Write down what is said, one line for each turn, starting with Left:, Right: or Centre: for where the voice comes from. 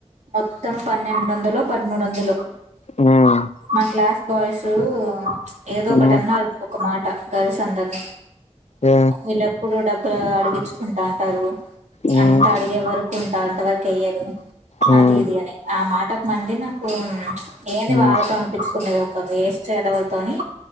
Right: మొత్తం పన్నెండొందలో పదమూడొవందలో
Left: ఉమ్
Right: మా క్లాస్ బాయ్స్ ఏదో ఒకటన్నారు
Left: ఉమ్
Right: ఒక మాట గర్ల్స్ అందరిని
Left: ఏ
Right: వీళ్ళేప్పుడు డబ్బులు అడిగిచుకున్ డంటారు
Left: ఉమ్
Right: అంత అడిగే వరకు ఉంటారు కెయ్యరు
Left: ఉమ్
Right: అది ఇది అని ఆ మాటకు మండి నాకు ఏంది
Left: ఉమ్
Right: వా అనిపించుకునేది ఒక వేస్ట్ ఎదవల్తో అని